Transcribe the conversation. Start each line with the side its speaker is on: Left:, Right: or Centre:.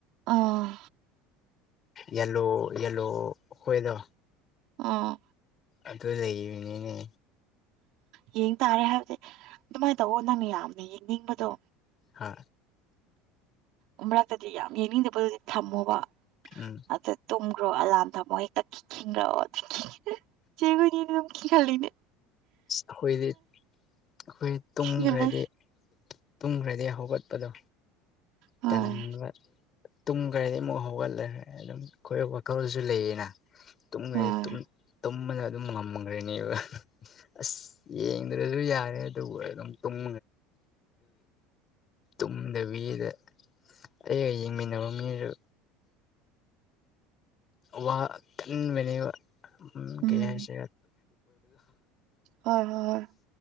Right: ꯑꯥ
Left: ꯌꯦꯜꯂꯨ ꯌꯦꯂꯨ ꯑꯩꯈꯣꯏꯗ
Right: ꯑꯥ
Left: ꯑꯗꯨ ꯂꯩꯅꯤꯅꯦ
Right: ꯌꯦꯡ ꯇꯥꯔꯦ ꯍꯥꯏꯕꯗꯤ ꯑꯗꯨꯃꯥꯏꯅ ꯇꯧꯋ ꯅꯪ ꯌꯥꯝꯅ ꯌꯦꯡꯅꯤꯡꯕꯗꯣ
Left: ꯍꯥ
Right: ꯑꯃꯔꯛꯇꯗꯤ ꯌꯥꯝ ꯌꯦꯡꯅꯤꯡꯗꯦꯕ ꯑꯗꯨꯗꯤ ꯊꯝꯃꯣꯕ
Left: ꯎꯝ
Right: ꯑꯗ ꯇꯨꯝꯈ꯭ꯔꯣ ꯑꯂꯥꯝꯗ ꯑꯃꯨꯛ ꯍꯦꯛꯇ ꯈꯤꯡꯈ꯭ꯔꯛꯑꯣ ꯑꯗꯨ ꯆꯦꯈꯅꯤ ꯑꯗꯨꯝ ꯈꯤꯍꯜꯂꯤꯅꯦ
Left: ꯑꯩꯈꯣꯏꯗꯤ ꯑꯩꯈꯣꯏ ꯇꯨꯝꯈ꯭ꯔꯗꯤ
Right: ꯈꯤꯡꯍꯜꯂꯦ
Left: ꯇꯨꯝꯈ꯭ꯔꯗꯤ ꯍꯧꯒꯠꯄꯗꯣ
Right: ꯍꯣꯏ
Left: ꯇꯟꯕ ꯇꯨꯡ ꯀꯔꯗꯤ ꯑꯃꯨꯛ ꯍꯧꯒꯠꯂꯈ꯭ꯔꯦ ꯑꯗꯨꯝ ꯈ ꯋꯥꯈꯜꯁꯨ ꯂꯩꯌꯦꯅ ꯇ
Right: ꯍꯣꯏ
Left: ꯇ ꯇꯨꯝꯕꯅ ꯑꯗꯨꯝ ꯉꯝꯈ꯭ꯔꯅꯦꯕ ꯑꯁ ꯌꯦꯡꯗ꯭ꯔꯁꯨ ꯌꯥꯔꯦ ꯑꯗꯨꯒ ꯑꯗꯨꯝ ꯎꯝ ꯇꯨꯝꯗꯕꯤꯗ ꯑꯩꯒ ꯌꯦꯡꯃꯤꯟꯅꯕ ꯃꯤꯗꯨ ꯋꯥ ꯀ ꯃꯅꯤ ꯎ
Right: ꯎꯝ
Left: ꯀꯩ ꯍꯥꯏꯁꯦ
Right: ꯍꯣꯏ ꯍꯣꯏ ꯍꯣꯏ